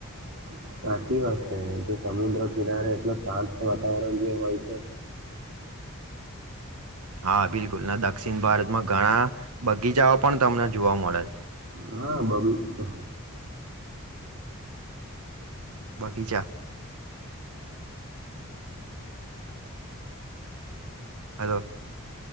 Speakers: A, on the right; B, on the right.
A: <inaudible> સાચી વાત છે એમ કે સમુદ્ર કિનારે એટલ શાંત વાતાવરણ જે હોય છે.
B: હા બિલકુલ ના દક્ષિણ ભારતમાં ઘણા બગીચાઓ પણ તમને જોવા મળે છે.
A: હા બેબી તો.
B: બગીચા. હલો.